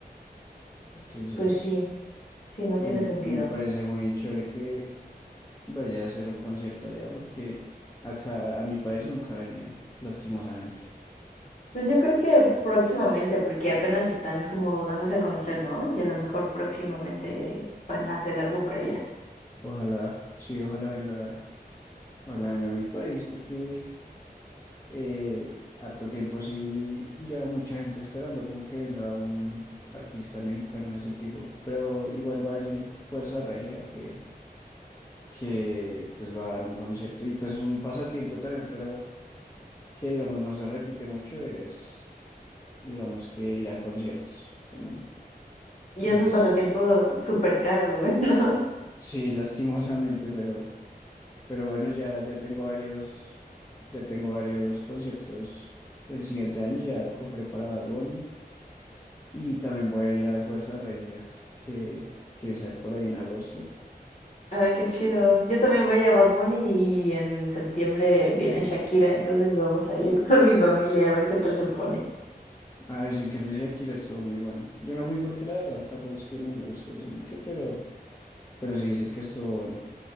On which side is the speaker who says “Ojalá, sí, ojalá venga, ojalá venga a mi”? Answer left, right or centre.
Left